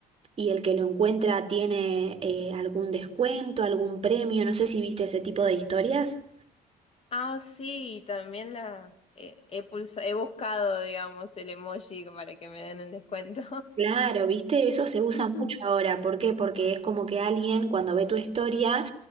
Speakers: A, on the right; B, on the left.
A: y el que lo encuentra tiene eh, algún descuento, algún premio. No sé si viste ese tipo de historias.
B: Ah, sí, también la eh, he pulsa- he buscado, digamos, el emoji para que me den el descuento.
A: Claro, viste, eso se usa
B: <laughs>
A: mucho ahora. ¿Por qué? Porque es como que alguien cuando ve tu historia